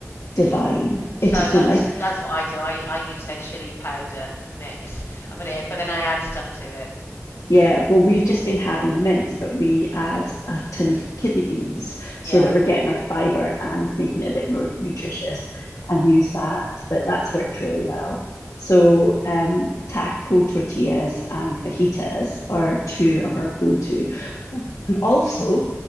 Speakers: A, on the left; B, on the left.
A: divine.
B: So
A: It is so
B: that's
A: nice.
B: that's what I do. I, I use their chili powder mix and put it in, but then I add stuff to it.
A: Yeah, well, we've just been having the mince, but we add a tin of kidney beans so
B: Yeah.
A: that we're getting our fiber and making it a bit more nutritious and use that. But that's worked really well. So, um, taco tortillas and fajitas are two of our go-to. Oh, and also,